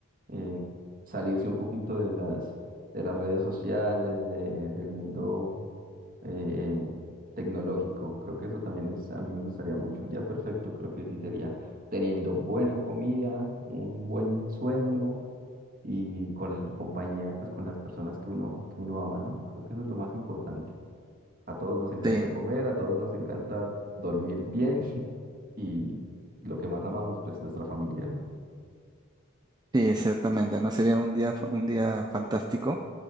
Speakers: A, on the right (about 40°); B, on the right (about 20°).
A: eh, salirse un poquito de las, de las redes sociales, de- del mundo eh, tecnológico. Creo que eso también es, a mí me gustaría mucho. Un día perfecto creo que sí sería teniendo buena comida, un buen sueño y con la compañía, pues con las personas que uno, que uno ama, ¿no? Creo que eso es lo más importante. A todos nos encanta
B: sí,
A: comer, a todos nos encanta dormir bien <laughs> y lo que más amamos, pues nuestra familia, ¿no?
B: sí, ciertamente, ¿no? Sería un día, fa- un día fantástico